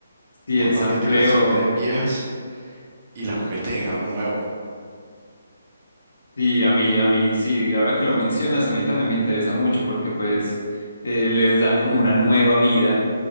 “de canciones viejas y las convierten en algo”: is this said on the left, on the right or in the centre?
Right